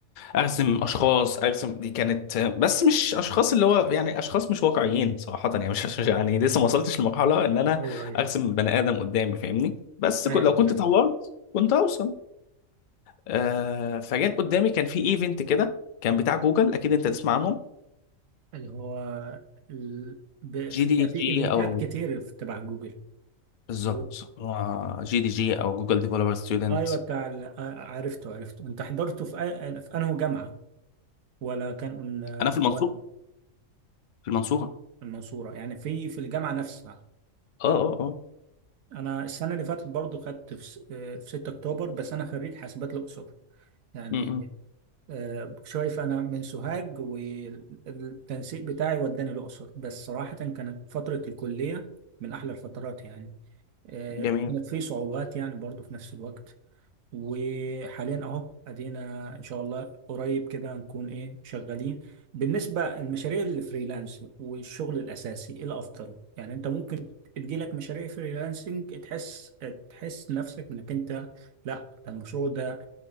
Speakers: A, on the left; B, on the right.
A: ارسم اشخاص ارسم دي كانت بس مش اشخاص اللي هو يعني اشخاص مش واقعيين صراحه يعني مش <laughs> مش- يعني لسه ما وصلتش لمرحله ان انا
B: ايوه ايوه
A: ارسم بني ادم قدامي فاهمني بس
B: فاهم
A: كنت- لو كنت
B: فاهم
A: طورت كنت هوصل آه فجأة قدامي كان في ايفنت كده كان بتاع جوجل اكيد انت تسمع عنهم
B: اللي هو ال... ب... في
A: جي دي
B: في
A: جي
B: ايفنتات
A: او
B: كتير في تبع جوجل
A: بالظبط
B: اللي هو-
A: هو جي دي جي او جوجل ديفلوبر ستودنت
B: ايوه بتاع ال... آه، عرفته عرفته انت حضرته في أ... في انهي جامعة ولا كان آه،
A: انا في المنصورة
B: والله
A: في المنصورة
B: المنصورة يعني في في الجامعة نفسها
A: اه اه اه
B: انا السنة اللي فاتت برضو خدت في, س... آه، في 6 اكتوبر بس انا خريج حاسبات الاقصر يعني
A: م- م.
B: آه، شايف انا من سوهاج والتنسيق بتاعي وداني الاقصر بس صراحه كانت فتره الكليه من احلى الفترات يعني آه،
A: جميل
B: كانت في صعوبات يعني برضو في نفس الوقت وحاليا اهو ادينا ان شاء الله قريب كده نكون ايه شغالين بالنسبه المشاريع الفريلانس والشغل الاساسي ايه الافضل يعني انت ممكن تجيلك مشاريع فريلانسنج تحس تحس نفسك انك انت لا ده المشروع ده